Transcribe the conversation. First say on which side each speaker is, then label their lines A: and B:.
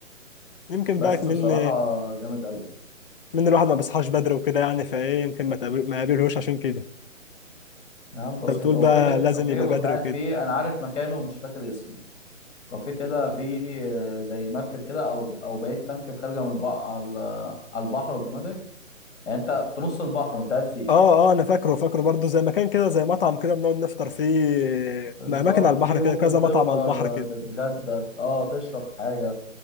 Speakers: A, on the left (about 40°); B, on the left (about 60°).
A: يمكن
B: بس
A: بقى من
B: بصراحة جامد قوي
A: من الواحد ما بيصحاش بدري وكده يعني فايه يمكن ما تقابل... ما يقابلهوش عشان كده
B: يا عم
A: انت
B: بسيطة
A: بتقول بقى
B: وفي حتة
A: لازم
B: كافيه
A: يبقى
B: كنت
A: بدري
B: قاعد
A: وكده
B: فيه أنا عارف مكانه ومش فاكر اسمه كافيه كده فيه آه، زي مركب كده أو أو بقية مركب خارجة من البحر على على البحر أوتوماتيك يعني أنت في نص البحر وأنت قاعد فيه
A: اه اه انا فاكره فاكره برضه زي مكان كده زي مطعم كده بنقعد نفطر فيه
B: بالظبط
A: ما اماكن على البحر
B: فيه
A: كده
B: ممكن
A: كذا مطعم
B: تفطر
A: على البحر
B: آه،
A: كده
B: تتغدى أه تشرب حاجة